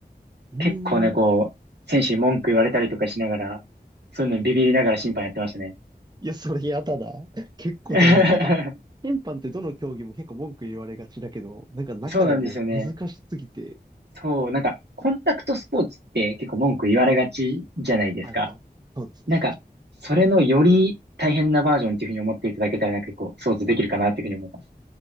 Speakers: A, on the right (about 25°); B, on the right (about 80°).
A: うーん。
B: 結構ね、こう、選手に文句言われたりとかしながら、そういうのにビビりながら審判やってましたね。
A: いや、それやだな。<laughs> 結構大変。
B: <laughs>
A: なんか、審判ってどの競技も結構文句言われがちだけど、なんか中でも難しすぎて、
B: そうなんですよね。そう、なんか、コンタクトスポーツって結構文句言われがちじゃないですか。
A: はい、はい。そうですね。
B: なんか、
A: 確か
B: それのより大変なバージョンっていうふうに思っていただけたら、なんか結構想像できるかなっていうふうに思います。